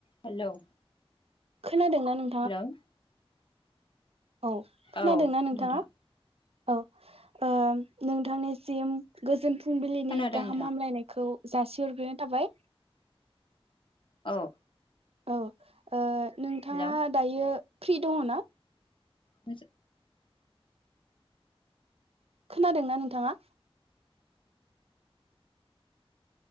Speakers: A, on the left; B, on the right.
A: हेलौ
B: खोनादोंना नों
A: हेलों
B: औ खोनादोंना
A: औ
B: नोंथाङा?
A: नोंथां
B: औ ओ नोंथांनिसिम गोजोन फुंबिलिनि
A: खोनादों
B: गाहाम
A: नोंथां
B: हामलायनायखौ जासिहरग्रोनाय थाबाय।
A: औ
B: औ नोंथाङा
A: हेलौ
B: दायो फ्रि दङ ना?
A: मोनसे
B: खोनादों ना नोंथाङा?